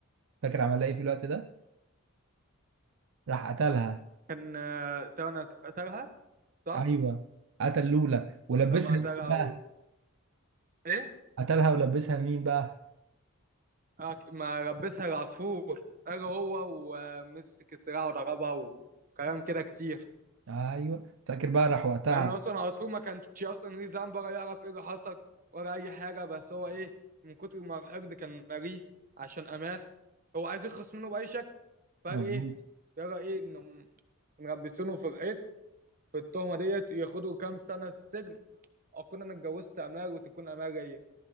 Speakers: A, on the right (about 60°); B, on the right (about 40°).
A: فاكر عمل لها إيه في الوقت ده؟ راح قتلها
B: كان آه، ترى أنا ترها صح؟
A: ايوه قتل لولا ولبسها
B: رمى
A: لمين
B: ترى
A: بقى
B: و... إيه؟
A: قتلها ولبسها لمين بقى
B: آه، ك- ما لبسها العصفور قال هو ومسك السلاح وضربها وكلام كده كتير
A: ايوه فاكر بقى راح وقتها
B: مع ان اصلا العصفور ما كانش اصلا ليه ذنب ولا يعرف ايه اللي حصل ولا اي حاجه بس هو ايه من كتر ما الحقد كان مريه عشان امان هو عايز يخلص منه باي شكل فقال
A: مظبوط
B: ايه يرى ايه انهم مربسينه في الحيط في التهمه ديت ياخدوا كام سنه سجن اكون انا اتجوزت امال وتكون امال ليا